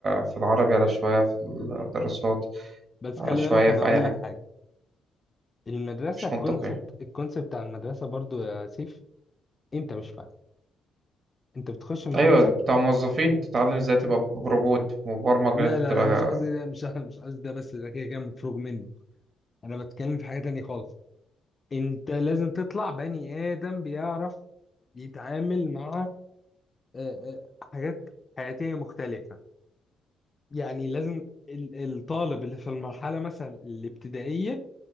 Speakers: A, on the right; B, on the left.
A: في العربي على شوية في الدراسات
B: بس
A: على
B: خلي
A: شوية
B: بالك انا
A: في
B: اقول
A: أي حاجة
B: لك حاجه المدرسه
A: مش
B: الكونسبت
A: منطقي
B: الكونسبت بتاع المدرسه برضو يا سيف انت مش فاهم انت بتخش المدرسه
A: أيوة بتاع موظفين تتعلم ازاي تبقى ب- روبوت مبرمج
B: لا
A: إن أنت
B: لا
A: تبقى
B: لا مش قصدي ده مش <laughs> مش قصدي ده بس ده كده كده مفروغ منه انا بتكلم في حاجه تانية خالص انت لازم تطلع بني ادم بيعرف يتعامل مع آه، آه، حاجات حياتيه مختلفه يعني لازم ال- الطالب اللي في المرحله مثلا الابتدائيه